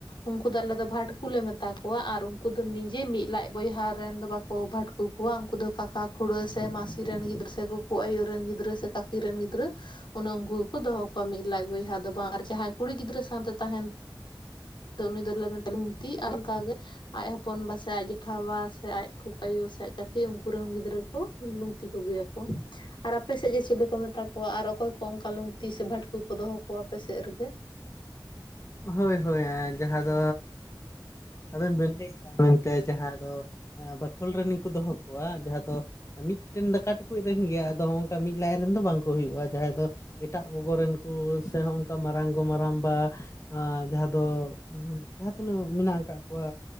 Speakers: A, on the left (about 75°); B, on the left (about 40°).
A: ᱩᱱᱠᱩ ᱫᱚ ᱟᱞᱮ ᱫᱚ ᱵᱷᱟᱴᱠᱩ ᱞᱮ ᱢᱮᱛᱟ ᱠᱚᱣᱟ, ᱟᱨ ᱩᱱᱠᱩ ᱫᱚ ᱱᱤᱡᱮ ᱢᱤᱫ ᱞᱟᱡ ᱵᱚᱭᱦᱟ ᱨᱮᱱ ᱫᱚ ᱵᱟᱠᱚ ᱵᱷᱟᱴ ᱠᱩ ᱠᱚᱣᱟ ᱩᱱᱠᱩ ᱫᱚ ᱠᱟᱠᱟ ᱠᱷᱩᱲᱟᱹ ᱥᱮ ᱢᱟᱹᱥᱤ ᱨᱮᱱ ᱜᱤᱫᱽᱨᱟᱹ, ᱥᱮ ᱠᱩᱠᱩ ᱟᱭᱩ ᱨᱮᱱ ᱜᱤᱫᱽᱨᱟᱹ, ᱥᱮ ᱠᱟᱠᱤ ᱨᱮᱱ ᱜᱤᱫᱽᱨᱟᱹ᱾ ᱚᱱᱮ ᱩᱱᱠᱩ ᱜᱮᱠᱚ ᱫᱚᱦᱚ ᱠᱚᱣᱟ ᱢᱤᱫ ᱞᱟᱡ ᱵᱚᱭᱦᱟ ᱫᱚ ᱵᱟᱝ, ᱟᱨ ᱡᱟᱦᱟᱸᱭ ᱠᱩᱲᱤ ᱜᱤᱫᱽᱨᱟᱹ ᱥᱟᱶᱛᱮ ᱛᱟᱦᱮᱱ ᱩᱱᱤ ᱫᱚᱞᱮ ᱢᱮᱛᱮ ᱞᱩᱸᱛᱤ ᱟᱨ ᱚᱱᱠᱟᱜᱮ ᱟᱭ ᱦᱚᱯᱚᱱ ᱵᱟ ᱥᱮ ᱟᱡ ᱡᱮᱴᱷᱟ ᱵᱟ ᱥᱮ ᱟᱭᱜ ᱠᱩᱠᱩ ᱟᱭᱳ ᱥᱮ ᱟᱡ ᱠᱟᱠᱤ ᱩᱱᱠ ᱨᱮᱱ ᱜᱤᱫᱽᱨᱟᱹ ᱠᱚ ᱞᱩᱸᱛᱤ ᱠᱚᱜᱮᱭᱟᱠᱚ ᱟᱨ ᱟᱯᱮ ᱥᱮᱜ ᱜᱮ ᱪᱤᱞᱤ ᱠᱚ ᱢᱮᱛᱟ ᱠᱚᱣᱟ? ᱟᱨ ᱚᱠᱚ ᱚᱝᱠᱟ ᱞᱩᱝᱛᱤ ᱥᱮ ᱵᱷᱟᱴᱠᱩ ᱠᱚ ᱫᱚᱦᱚ ᱠᱚᱣᱟ ᱟᱯᱮᱥᱮᱫ ᱨᱮᱜᱮ?
B: ᱦᱳᱭ ᱦᱳᱭ ᱡᱟᱦᱟᱸ ᱫᱚ ᱟᱵᱮᱱ ᱵᱮᱱ ᱤᱜ ᱫᱟ ᱢᱮᱱᱛᱮ ᱡᱟᱦᱟᱸ ᱫᱚ ᱵᱟᱠᱷᱳᱞᱨᱮ ᱱᱤᱝ ᱠᱚ ᱫᱚᱦᱚ ᱠᱚᱣᱟ ᱡᱟᱦᱟᱸ ᱫᱚ ᱢᱤᱫᱴᱮᱱ ᱫᱟᱠᱟ ᱴᱩᱠᱩᱡ ᱨᱮᱱ ᱜᱮ ᱟᱫᱚ ᱱᱚᱜᱝᱠᱟ ᱢᱤᱫ ᱞᱟᱭᱤᱱ ᱨᱮᱱ ᱫᱚ ᱵᱟᱝ ᱠᱚ ᱦᱩᱭᱩᱜ-ᱟ ᱡᱟᱦᱟᱸᱭ ᱫᱚ ᱮᱴᱟᱜ ᱜᱚᱜᱚ ᱨᱮᱱ ᱠᱚ ᱥᱮ ᱦᱚᱸᱝᱠᱟ ᱢᱟᱨᱟᱝ ᱜᱚ ᱢᱟᱨᱟᱝ ᱵᱟ ᱟᱸ ᱡᱟᱦᱟᱸ ᱫᱚ ᱡᱟᱦᱟᱸ ᱛᱤᱱᱟᱹᱜ ᱢᱮᱱᱟᱜ ᱠᱟᱫ ᱠᱚᱣᱟ